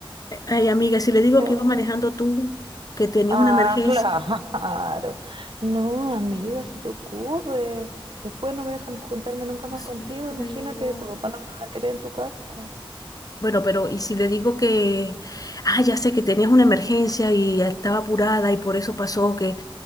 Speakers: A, on the left; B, on the right.
A: eh, ay, amiga, si le digo
B: Pero-
A: que iba manejando tú, que tenías
B: Ah,
A: una emergencia,
B: <laughs> claro. No, amiga, se te ocurre. Después no me dejan juntarme nunca más
A: Dios
B: contigo.
A: mío, ¿qué
B: Imagínate,
A: le digo?
B: tu papá no me va a querer en tu casa.
A: Bueno, pero ¿y si le digo que, ah, ya sé que tenías una emergencia y estaba apurada y por eso pasó que,